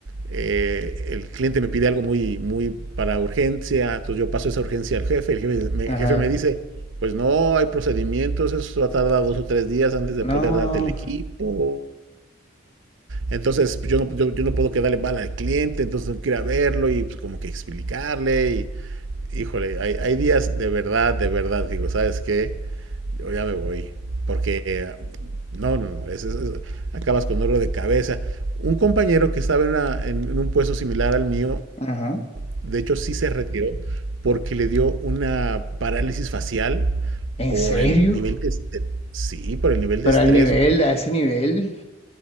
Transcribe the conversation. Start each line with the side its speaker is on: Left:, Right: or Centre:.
Right: eh, el cliente me pide algo muy, muy para urgencia, entonces yo paso esa urgencia al jefe, el jefe me,
Left: Ajá.
Right: el jefe me dice, pues no, hay procedimientos, eso va a tardar dos o tres días antes de
Left: No.
Right: poder darte el equipo. Entonces pues, yo no, yo, yo no puedo quedarle mal al cliente, entonces tengo que ir a verlo y pues como que explicarle. Y, híjole, hay, hay días de verdad, de verdad, digo, ¿sabes qué? yo ya me voy. Porque no, no, no, es, es, es, acabas con oro de cabeza. Un compañero que estaba en, una, en, en un puesto similar al mío,
Left: Ajá.
Right: de hecho sí se retiró porque le dio una parálisis facial
Left: ¿En
Right: por
Left: serio?
Right: el nivel de estrés. Sí, por el nivel
Left: Pero
Right: de estrés.
Left: al nivel, a ese nivel,